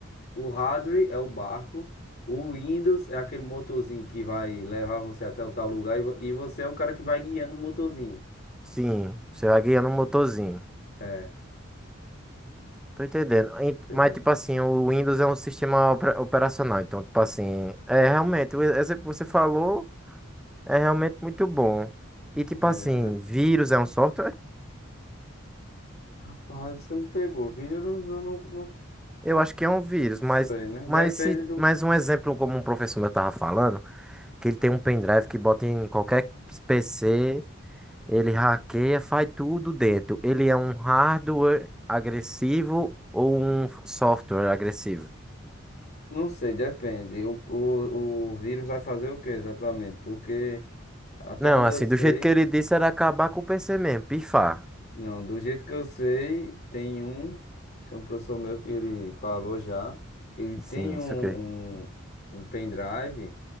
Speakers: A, on the left (about 50°); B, in the centre.
A: o hardware é o barco, o Windows é aquele motorzinho que vai levar você até o tal lugar e, vo- e você é o cara que vai guiando o motorzinho.
B: Sim, você vai guiando um motorzinho.
A: É,
B: Tô entendendo. Em-
A: entendeu?
B: Mas, tipo assim, o Windows é um sistema opera- operacional. Então, tipo assim, é realmente, o exemplo que você falou é realmente muito bom. E, tipo
A: Entendeu,
B: assim,
A: né?
B: vírus é um software?
A: Rapaz, você me pegou. Vírus eu não, não
B: Eu acho que é um vírus,
A: sei,
B: mas,
A: né?
B: mas,
A: Depende
B: se,
A: do.
B: mas um exemplo como um professor meu tava falando, que ele tem um pendrive que bota em qualquer PC Ele hackeia, faz tudo dentro. Ele é um hardware agressivo ou um software agressivo?
A: Não sei, depende. O, o, o vírus vai fazer o que exatamente? Porque até
B: Não,
A: onde
B: assim,
A: eu sei,
B: do jeito que ele disse era acabar com o PC mesmo, pifar.
A: não, do jeito que eu sei, tem um, tem um professor meu que ele falou já, que ele tem
B: Sim, isso
A: um,
B: aqui.
A: um, um pendrive.